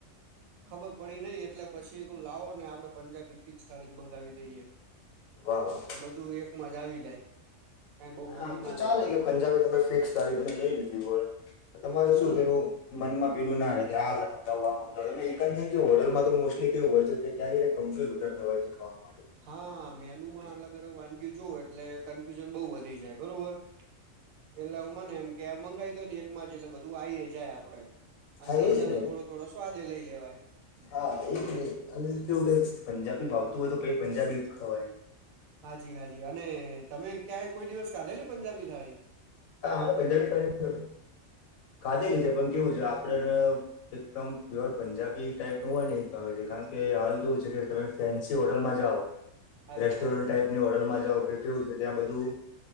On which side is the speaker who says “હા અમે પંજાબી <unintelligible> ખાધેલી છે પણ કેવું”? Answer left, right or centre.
Left